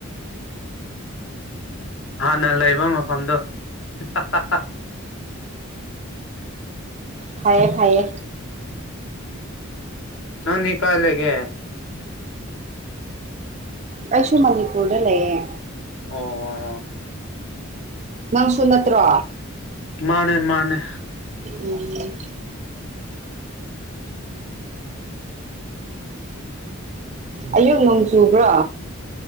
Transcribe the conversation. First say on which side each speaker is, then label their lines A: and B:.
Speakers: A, on the left (about 60°); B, on the right (about 30°).
A: ꯍꯥꯟꯅ ꯂꯩꯕ ꯃꯐꯝꯗꯣ ꯍꯥ ꯍꯥ
B: ꯐꯥꯌꯦ ꯐꯥꯌꯦ
A: ꯅꯪꯗꯤ ꯀꯥꯏ ꯂꯩꯒꯦ
B: ꯑꯩꯁꯨ ꯃꯅꯤꯄꯨꯔꯗ ꯂꯩꯌꯦ
A: ꯑꯣ
B: ꯅꯪꯁꯨ ꯅꯠꯇ꯭ꯔꯣ
A: ꯃꯥꯅꯦ ꯃꯥꯅꯦ
B: ꯎꯝ ꯑꯥꯌꯨꯛ ꯅꯣꯡ ꯆꯨꯕ꯭ꯔꯣ